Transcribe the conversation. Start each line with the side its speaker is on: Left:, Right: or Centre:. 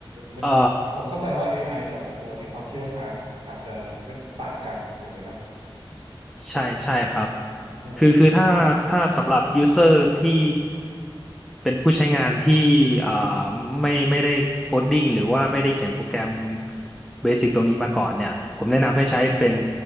Right: มันผมเข้าใจว่า
Centre: เอ่อ
Right: AI แต่ละตัวเนี่ยความเชี่ยวชาญอาจจะไม่ต่างกันถูกไหมครับ
Centre: ใช่ใช่ครับ
Right: เอออาจารย์แนะนำตัวไ
Centre: คือคือถ้าถ้าสำหรับยูเซอร์ที่เป็นผู้ใช้งานที่อ่าไม่ไม่ได้โคดดิ้งหรือว่าไม่ได้เขียนโปรแกรมเบสิกตรงนี้มาก่อนเนี่ยผมแนะนำให้ใช้เป็น